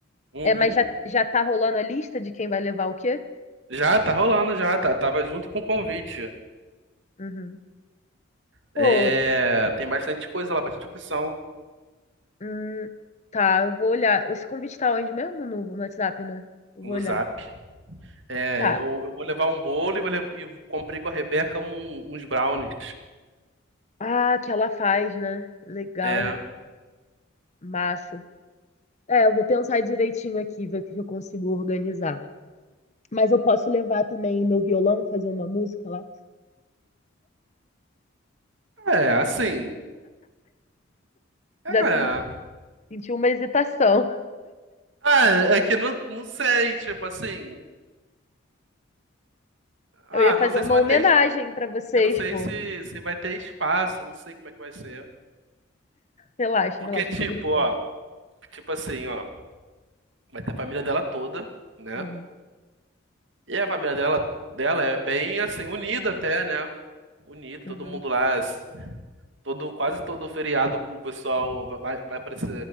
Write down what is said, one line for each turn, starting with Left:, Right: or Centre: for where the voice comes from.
Right: Uhum.
Left: É, mas já, já tá rolando a lista de quem vai levar o quê?
Right: Já, tá rolando já, tá, tava junto com o convite.
Left: Uhum.
Right: É,
Left: Pô,
Right: tem bastante coisa lá, bastante opção
Left: Hum, tá, eu vou olhar. Esse convite tá onde mesmo? No, no WhatsApp, né? Eu
Right: no
Left: vou olhar.
Right: Zap. É,
Left: Tá.
Right: eu, eu vou levar um bolo e vou lev- e comprei com a Rebeca um- uns brownies.
Left: Ah, que ela faz, né? Legal.
Right: É,
Left: Massa. É, eu vou pensar direitinho aqui, ver o que que eu consigo organizar. Mas eu posso levar também meu violão, fazer uma música lá?
Right: é, assim, é.
Left: Já sen- senti uma hesitação.
Right: Ah, é que não, não sei, tipo assim. Ah,
Left: Eu ia fazer
Right: não sei
Left: uma
Right: se vai
Left: homenagem
Right: ter.
Left: pra vocês,
Right: Eu não sei
Left: pô.
Right: se, se vai ter espaço, não sei como é que vai ser.
Left: Relaxa,
Right: Porque,
Left: relaxa,
Right: tipo,
Left: eu tô brincando.
Right: ó, tipo assim, ó, vai ter a família dela toda, né?
Left: Uhum,
Right: E a família dela, dela é bem assim, unida até, né? Unida,
Left: uhum.
Right: todo mundo lá, s- todo, quase todo feriado o pessoal vai, vai pra, esse,